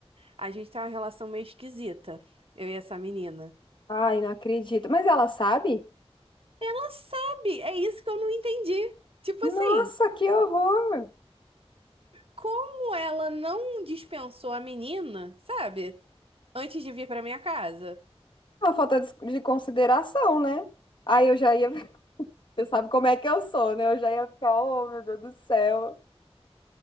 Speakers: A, on the right (about 65°); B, on the left (about 50°).
A: a gente tem uma relação meio esquisita, eu e essa menina.
B: Ai, não acredito. Mas ela sabe?
A: Ela sabe, é isso que eu não entendi. Tipo
B: Nossa,
A: assim,
B: que horror!
A: como ela não dispensou a menina, sabe? Antes de vir pra minha casa.
B: Uma falta de, de consideração, né? Aí eu já ia. <laughs> Você sabe como é que eu sou, né? Eu já ia ficar, oh, meu Deus do céu.